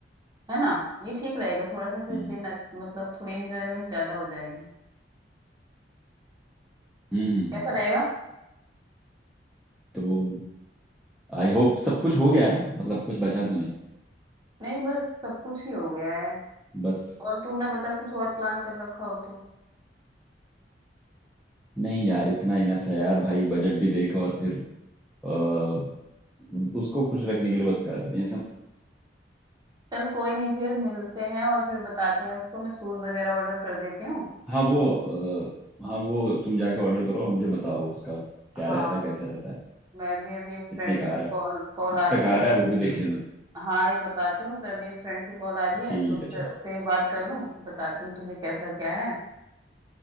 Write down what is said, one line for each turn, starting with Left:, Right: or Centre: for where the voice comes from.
Right: है ना ये ठीक रहेगा थोड़ा सा फिर
Centre: हम्म
Right: दिन अच्छ- मतलब थोड़ी इंजॉयमेंट ज्यादा हो जाएगी
Centre: हम्म हम्म, हम्म।
Right: कैसा
Centre: हम्म।
Right: रहेगा
Centre: तो आई होप सब कुछ हो गया है ना मतलब कुछ बचा तो नहीं
Right: नहीं बस सब कुछ ही हो गया है
Centre: बस
Right: और तू ना बता कुछ और प्लान कर रखा हो तो
Centre: नहीं यार इतना इनफ है यार भाई बजट भी देखो और फिर अ, उसको खुश रखने के लिए बस कर रहे हैं ये सब
Right: चल कोई नहीं फिर मिलते हैं और फिर बताते हैं उसको मैं शूज वगैरह ऑर्डर कर देती हूँ
Centre: हाँ वो अ, हाँ वो तुम जाके ऑर्डर करो और मुझे बताओ उसका क्या
Right: हाँ
Centre: रहता है कैसे रहता है
Right: मैं भी अभी एक
Centre: कितने
Right: फ्रेंड
Centre: का आ
Right: की
Centre: रहा है
Right: कॉल कॉल
Centre: कब
Right: आ रही
Centre: तक
Right: है
Centre: आ रहा है वो भी देख लेना
Right: हाँ ये बताती हूँ फिर अभी एक फ्रेंड की कॉल आ रही है
Centre: ठीक
Right: तो उससे
Centre: है चल
Right: उससे ही बात कर लूँ फिर बताती हूँ तुझे कैसा क्या है